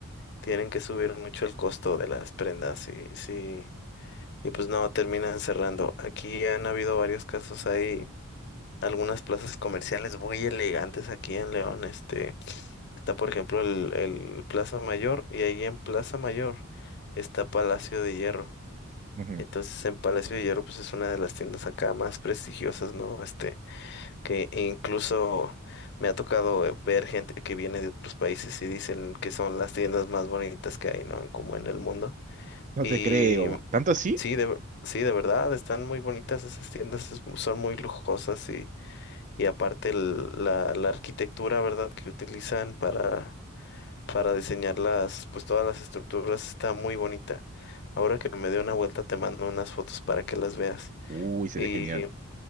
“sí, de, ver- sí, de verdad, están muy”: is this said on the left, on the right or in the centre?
Left